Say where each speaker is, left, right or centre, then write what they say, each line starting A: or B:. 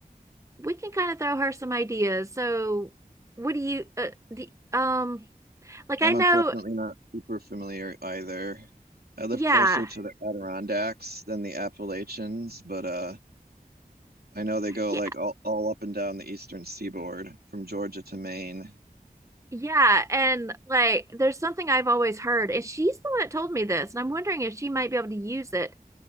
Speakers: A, on the right (about 20°); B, on the right (about 80°).
A: we can kind of throw her some ideas. So, what do you, uh, do, um, like
B: I'm
A: I know,
B: unfortunately not super familiar either. I live
A: yeah,
B: closer to the Adirondacks than the Appalachians, but uh I know they go
A: yeah,
B: like all, all up and down the eastern seaboard from Georgia to Maine.
A: yeah, and like there's something I've always heard, and she's the one that told me this, and I'm wondering if she might be able to use it.